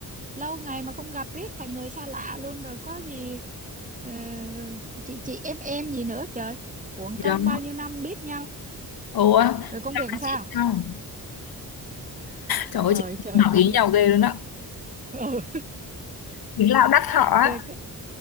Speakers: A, on the right (about 20°); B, on the left (about 75°).
A: lâu ngày mà không gặp riết thành người xa lạ luôn rồi có gì ờ, chị chị em em gì nữa trời. Uổng
B: Thì
A: công
B: Đó.
A: bao nhiêu năm biết nhau.
B: Ồ, á,
A: Rồi công
B: dạo
A: việc làm
B: này
A: sao?
B: chị sao? Trời
A: Trời
B: ơi, chị
A: trời
B: ngỏ
A: công
B: ý
A: việc.
B: nhau ghê luôn á.
A: Ừ.
B: Ý lão đắc thọ
A: việc
B: á.